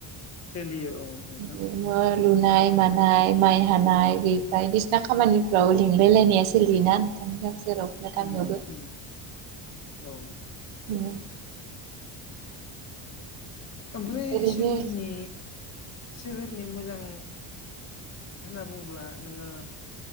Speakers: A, on the left; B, on the right.
A: सोलियो। औ नोंथां
B: <unintelligible> लुनाय मानाय माइ हानाय गैबाय बायदिसिना खामानिफ्राव लिंलाय लायनाया सोलियोना नोंथां। जेरावबो गामियावबो।
A: उम उम औ।
B: <unintelligible>
A: ओमफ्राय
B: ओरैनो
A: सोहोरनि सोहोरनि मोजां। होनना बुङोब्ला नोंओ।